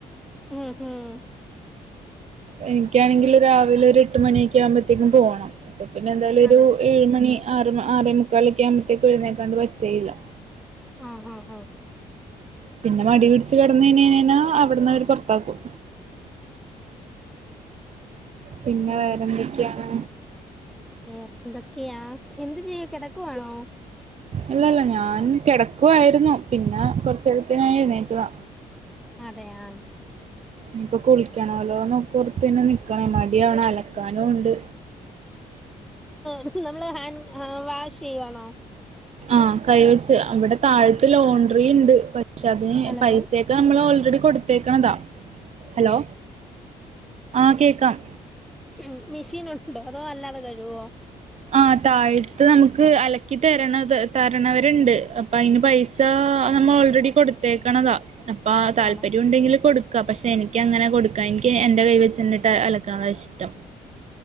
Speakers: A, in the centre; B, on the right.
A: ഉം ഉം
B: എനിക്കാണെങ്കില് രാവിലെ ഒരു എട്ട് മണിയോക്കെ ആവുമ്പത്തേക്കും പോണം അപ്പൊ പിന്നെ എന്തായാലും ഒരു
A: അതെ
B: ഏഴ് മണി ആറ് ആറേമുക്കാലൊക്കെ ആവുമ്പഴത്തേക്കും എഴുന്നേൽക്കാതെ പറ്റേയില്ല
A: ആഹ് ആഹ് ആഹ്
B: പിന്നെ മടി പിടിച്ച് കിടന്നു കഴിഞ്ഞ്ഞ്ഞേനെന്നാ അവിടന്ന് അവര് പൊറത്താക്കും പിന്നെ
A: ഉം
B: വേറെന്തൊക്കെണ്?
A: വേറെ എന്തൊക്കെയാ എന്ത് ചെയ്യാ കെടക്കുവാണോ?
B: അല്ലല്ല ഞാൻ കെടക്കുവായിരുന്നു പിന്നെ കൊർച്ച് നേരത്തെ ഞാൻ എഴുന്നേറ്റതാ
A: അതെ ആഹ്
B: ഇഞ്പ്പൊ കുളിക്കണല്ലോ നോക്കോർത്ത്ങ്ങനെ നിക്ണ മടി അവടെ അലക്കാനും ഉണ്ട്
A: മ്മള് നമ്മള് ഹാൻ വാഷ് ചെയ്യുവാണോ?
B: ആഹ് കൈവച്ച് അവിടെ താഴത്ത് ലോണ്ട്രി ഇണ്ട് പക്ഷെ അതിന്
A: ഹലോ
B: പൈസെ ത് നമ്മള് ഓൾറെഡി കൊടുത്തേക്ണതാ ഹലോ ആഹ് കേക്കാം
A: ഉം മെഷീൻ ഉണ്ടോ അതോ അല്ലാതെ കഴുവോ
B: ആഹ് താഴത്ത് നമുക്ക് അലക്കി തര്ണത് തര്ണവരുണ്ട് അപ്പൊ അയ്ന് പൈസ ഇതാ നമ്മള് ഓൾറെഡി കൊടുത്തേക്ണതാ അപ്പ താല്പര്യം
A: ആണോ
B: ഉണ്ടെങ്കിൽ കൊടു ക്കാ പക്ഷെ എനിക്ക് അങ്ങനെ കൊടുക്കാൻ എനിക്ക് എന്റെ കൈ വെച്ചിട്ട് അലക്ണതാ ഇഷ്ടം